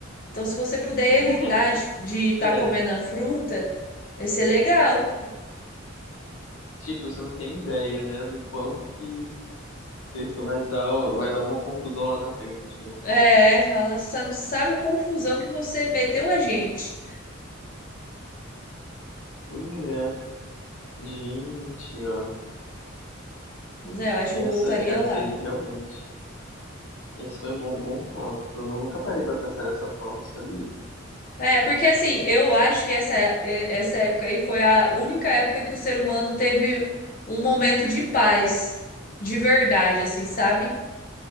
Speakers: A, on the left; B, on the left.
A: Então, se você puder
B: <laughs>
A: evitar de estar
B: É,
A: comendo a fruta, vai ser legal.
B: tipo, você não tem ideia, né, do quanto que isso vai dar, vai dar uma confusão lá na frente, né?
A: É, fala, você não sabe a confusão que você meteu a gente.
B: Pois é, gente, ó,
A: Mas é, eu acho que eu
B: essa,
A: voltaria
B: essa
A: lá.
B: aí realmente. Esse foi um bom, bom tópico. Eu nu- nunca parei pra pensar dessa forma, sabia?
A: É, porque assim, eu acho que essa, é- essa época aí foi a única época que o ser humano teve um momento de paz, de verdade, assim, sabe?